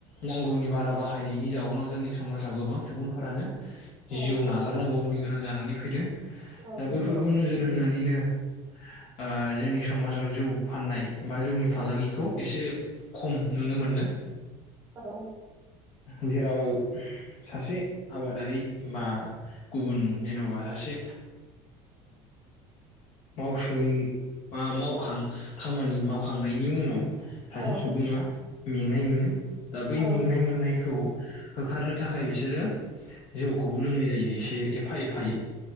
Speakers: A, on the left; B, on the right.
A: नांगौनि बारा बाहायनायनि जाउनाव जोंनि समाजाव गोबां सुबुंफोरानो जिउ
B: औ
A: नागारनांगौनि गोनां जानानै फैदों
B: औ
A: दा
B: नंगौ
A: बैफोरखौ नोजोर होनानैनो ओ जोंनि समाजाव जौ फाननाय बा जौनि फालांगिखौ एसे खम नुनो मोनदों।
B: औ।
A: जेराव सासे आबादारि बा गुबुन जेन'बा सासे मावसोम बा मावखां खामानि मावखांनायनि उनाव सासे
B: औ
A: सुबुङा मेंनाय मोनो दा बै
B: औ
A: मेंनाय मोननाय खौ होखारनो थाखाय बिसोरो जौखौ लोंनाय जायो एसे एफा एफायै